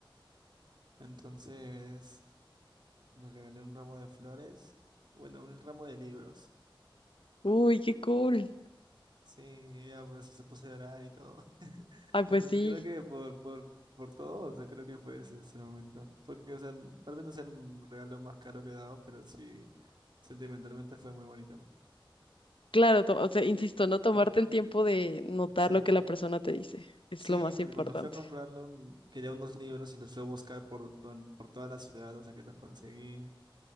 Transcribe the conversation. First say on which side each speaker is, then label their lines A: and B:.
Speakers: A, on the right; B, on the left.
A: Entonces le regalé un ramo de flores, bueno, un ramo de libros.
B: Uy, qué cool.
A: Sí, ella pues se puso a llorar y todo. <laughs>
B: Ay, pues
A: Entonces
B: sí.
A: creo que por, por, por todo, o sea, creo que fue ese, ese momento. Porque, o sea, tal vez no sea el regalo más caro que he dado, pero sí, sentimentalmente fue muy bonito.
B: Claro, to- o sea, insisto, no tomarte
A: Ajá,
B: el tiempo de notar
A: exacto.
B: lo que la persona te dice. Es
A: Sí,
B: lo más
A: porque
B: importante.
A: cuando fui a comprarlo mm, quería unos libros y los fui a buscar por, ton- por toda la ciudad hasta que los conseguí